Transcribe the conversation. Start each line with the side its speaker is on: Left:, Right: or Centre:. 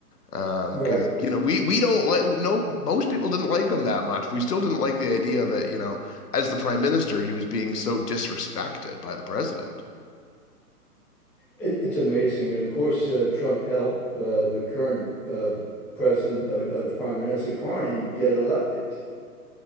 Left: Um,
Centre: Right.
Left: because you know we we don't like no most people didn't like him that much. We still didn't like the idea that you know as the prime minister he was being so disrespected by the president.
Centre: It, it's amazing. And of course, uh, Trump helped uh, the current uh, president, uh, uh, Prime Minister Carney, get elected.